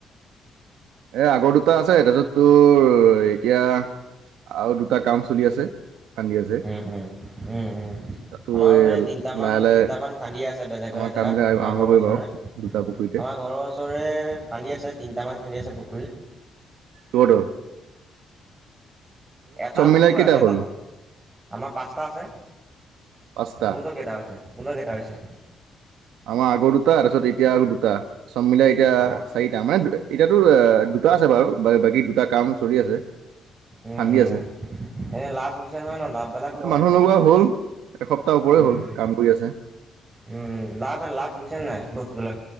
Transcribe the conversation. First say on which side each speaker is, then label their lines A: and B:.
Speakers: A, on the right (about 85°); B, on the right (about 20°).
A: এ আগৰ দুটা আছে তাৰপিছত তোৰ এতিয়া আৰু দুটা কাম চলি আছে খান্দি আছে।
B: উম উম। উম উম
A: তাতো
B: আমাৰো
A: এই
B: সেই তিনটামান
A: লাহে লাহে
B: তিনটামান খান্দি আছে। বেলেগ
A: আমাৰ
B: বেলেগ জেগাত
A: কাম বিলাক
B: আমাৰ
A: আৰম্ভ
B: ঘৰৰ
A: কৰিম
B: ওচৰে
A: আৰু দুটা
B: আমাৰ
A: পুখুৰীতে
B: ঘৰৰ ওচৰৰে খান্দি আছে তিনিটামান খান্দি আছে পুখুৰী
A: দূৰত দূৰত
B: এটা হৈ
A: মিলাই
B: গ'ল
A: কেইটা
B: এটাত
A: হ'ল
B: আমাৰ পাঁচটা আছে।
A: পাঁচটা
B: তোহোত কেইটা হৈছে তোহোত কেইটা হৈছে
A: আমাৰ আগৰ দুটা তাৰপিছত এতিয়া দুটা চবমিলাই এতিয়া
B: অঁ।
A: চাৰিটা মানে এতিয়াতো এ দুটা আছে বাৰু বাকী দুটা কাম চলি আছে।
B: উম
A: খান্দি
B: উম
A: আছে
B: এনে লাভ হৈছে নহয় ন লাভবিলাকো হয়
A: মানুহ লগোৱা হ'ল। এসপ্তাহ ওপৰে
B: উম
A: হ'ল কাম কৰি আছে
B: উম লাভ বাৰ লাভ হৈছে নাই বস্তুবিলাক